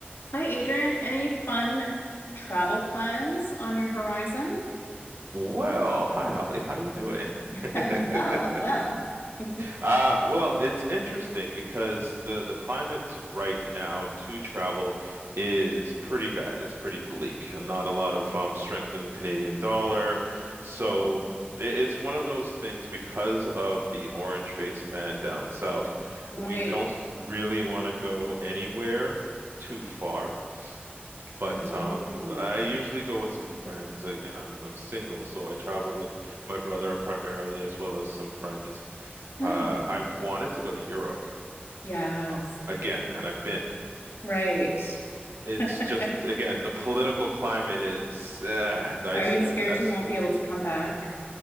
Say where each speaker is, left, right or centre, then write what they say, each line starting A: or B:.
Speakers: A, on the left; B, on the right.
A: Hi, Adrian. Any fun travel plans on your horizon?
B: Well, hi Holly, how you doing?
A: <laughs>
B: <laughs>
A: I'm well, I'm well. <laughs>
B: Uh, well, it's interesting because the the climate right now to travel is pretty bad. It's pretty bleak, and not a lot of um, strength in the Canadian dollar. So
A: Oh,
B: i- it's one of those things because of the orange-faced man down south,
A: right.
B: we don't really want to go anywhere too far. But
A: Oh,
B: um, I usually go with some friends. Again, I'm I'm single, so I travel with my brother primarily, as well as some friends.
A: nice.
B: Uh, I wanted to go to Europe
A: Yes,
B: uh, again, and I've been.
A: right.
B: It's
A: <laughs>
B: just again the political climate is uh, dicey
A: Are you scared
B: at best.
A: you won't be able to come back?